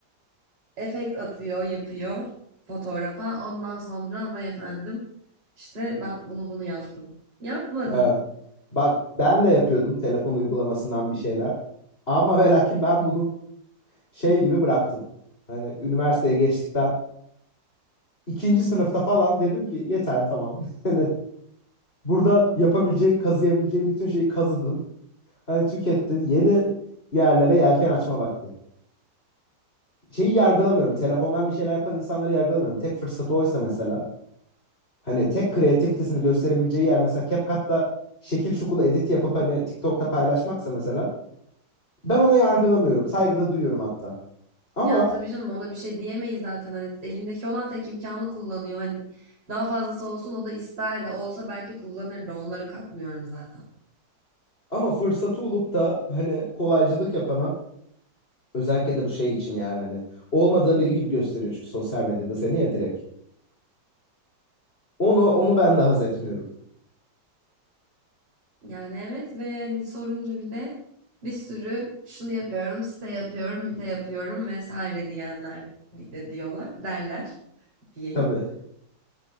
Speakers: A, on the right (about 75°); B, on the left (about 35°).
A: efekt atıyor, yapıyor fotoğrafa. Ondan sonra vay efendim işte ben bunu bunu yaptım. Yapmadın.
B: Ha. Bak ben de yapıyordum telefon uygulamasından bir şeyler. Ama ve lakin ben bunu şey gibi bıraktım. Hani üniversiteye geçtikten ikinci sınıfta falan dedim ki yeter tamam. <laughs> Hani Burada yapabileceğin, kazıyabileceğin bütün şeyi kazıdın. Hani tükettin. Yeni yerlere yelken açma vakti. Şeyi yargılamıyorum. Telefondan bir şeyler yapan insanları yargılamıyorum. Tek fırsatı oysa mesela. Hani tek kreativitesini gösterebileceği yer mesela CapCut'ta şekil şukul edit yapıp hani TikTok'ta paylaşmaksa mesela. Ben ona yargılamıyorum. Saygıda duyuyorum hatta. Ama
A: Ya tabii canım ona bir şey diyemeyiz zaten. Hani elindeki olan tek imkanı kullanıyor. Hani daha fazlası olsun o da ister de olsa belki kullanır da onları katmıyorum zaten.
B: ama fırsatı olup da hani kolaycılık yapana özellikle de bu şey için yani hani olmadığı biri gibi gösteriyor çünkü sosyal medyada seni ya direkt. Onu onu ben de haz etmiyorum.
A: Yani evet ve hani sorunca bir de bir sürü şunu yapıyorum, site yapıyorum, site yapıyorum vesaire diyenler de diyorlar, derler diyeyim.
B: Tabii.